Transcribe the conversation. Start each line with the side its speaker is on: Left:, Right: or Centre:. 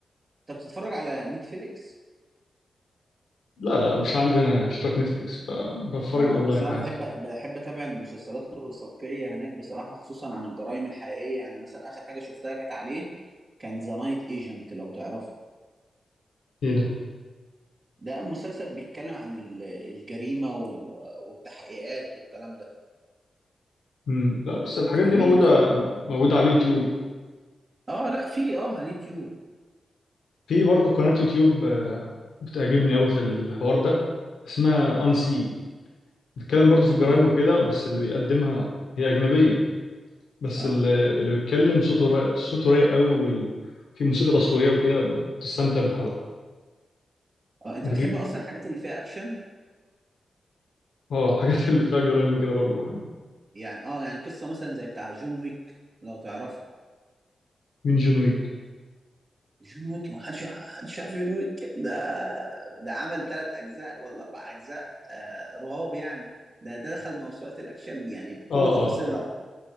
Right: انت بتتفرج على نتفليكس
Left: لا لا مش عندي انا اشتراك نتفليكس ب- بتفرج
Right: اه
Left: اونلاين
Right: اصل انا
Left: عادي
Right: بحب بحب اتابع المسلسلات الوثائقيه هناك بصراحه خصوصا عن الجرائم الحقيقيه يعني مثلا اخر حاجه شفتها كانت عليه كان ذا نايت ايجنت لو تعرفه
Left: ايه ده
Right: ده مسلسل بيتكلم عن ال- الجريمه و- والتحقيقات والكلام ده
Left: مم. لا بس الحاجات
Right: جميل
Left: دي موجودة موجودة على اليوتيوب
Right: اه لا في اه على اليوتيوب
Left: في برضه قناة يوتيوب آه، بتعجبني قوي في الحوار ده اسمها انسي بتتكلم برضه في الجرائم
Right: اه
Left: وكده بس اللي بيقدمها هي أجنبية بس
Right: اه
Left: اللي, اللي بيتكلم صوته رايق صوته رايق قوي وال... في موسيقى تصويرية وكده بتستمتع بالحلقة
Right: اه انت
Left: بج...
Right: بتحب اصلا الحاجات اللي فيها اكشن
Left: اه الحاجات اللي فيها جرائم وكده برضه بحب
Right: يعني اه يعني قصه مثلا زي بتاع جون ويك لو تعرفه
Left: مين جون وي
Right: جون ويك ما حدش حدش عارف جون ويك ده ده عمل ثلاث اجزاء ولا اربع اجزاء آه رهاب يعني ده ده دخل موسوعة الاكشن يعني بكل
Left: اه
Right: تفاصيلها
Left: اه